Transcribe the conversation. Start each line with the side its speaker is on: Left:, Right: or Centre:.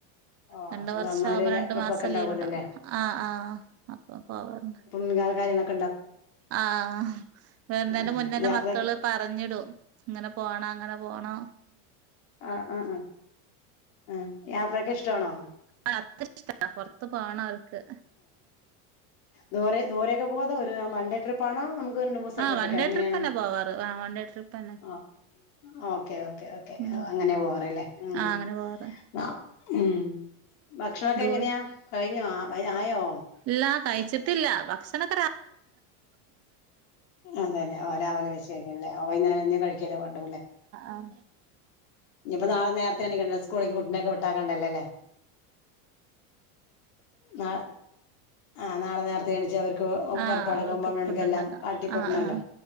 Left: ഓ
Right: രണ്ട്
Left: അപ്പൊ
Right: വർഷം
Left: വന്നൊരു
Right: ആകുമ്പോ രണ്ടു
Left: ട്രിപ്പൊക്കെ
Right: മാസം
Left: ഉണ്ടാവല്ലോ
Right: ലീവ് ഉണ്ടാവും
Left: അല്ലേ
Right: ആ ആ അപ്പൊ പോവാറുണ്ട്.
Left: <unintelligible> കാര്യങ്ങള
Right: ആഹ് വെരുന്നേന്റെ
Left: ഉം
Right: മുന്നേ്
Left: യാത്രയൊക്കെ
Right: മക്കള് പറഞ്ഞിടും ഇങ്ങനെ പോണ അങ്ങനെ പോണം
Left: ആഹ ആ ആ ആ യാത്രൊക്കെ ഇഷ്ടണോ
Right: യാത്ര ഇഷ്ട പുറത്ത് പോണം അവർക്ക്
Left: ദു ദുരെക്കെ പോവാ തോ ഒരു വൺഡേ ട്രിപ്പണോ നു രണ്ട് മൂസ
Right: ആഹ്
Left: ട്രിപ്പൊക്കെ
Right: വൺ ഡേ
Left: എങ്ങനെയാണ്
Right: ട്രിപ്പന്നെ പോവാറ് ആഹ് വൺ ഡേ ട്രിപ്പന്നെ
Left: ആ ഓക്കേ ഓക്കേ ഓക്കേ
Right: ഉം
Left: അങ്ങനെ പോവാറല്ലേ ഉം
Right: ആഹ് അങ്ങനെ പോവാറ്
Left: ആ ഉ ഭക്ഷണൊക്കെ
Right: ദൂ
Left: എങ്ങനെയാ കഴിഞ്ഞോ ആയോ
Right: ഇല്ല കഴിച്ചിട്ടില്ല ഭക്ഷണ <inaudible>
Left: അതെല്ലെ രാവിലെ വെച്ച കഴരിക്കല്ലേ വൈകുന്നരം ഇഞ് കഴിക്കൻ ഇള്ളത് കൊണ്ട <unintelligible>
Right: ആഹ
Left: ഇഞ്ഞപ്പോ നാളെ നേരത്തെ എണിക്കണ സ്കൂളക്ക് കുട്ടിനൊക്കെ വിട്ടാക്കാണ്ടല്ലേല്ലേ ന ആ നാളെ നേരത്തെ എണച്ച് അവർക്ക്
Right: ആഹ്
Left: പറപ്പടക്കുമ്പക്കെല്ലാം
Right: അവർക്ക് ഫുഡ് ഉണ്ടാക്കാം
Left: കാട്ടിക്കൊട്ടണല്ലോ
Right: ആഹ് ആഹ്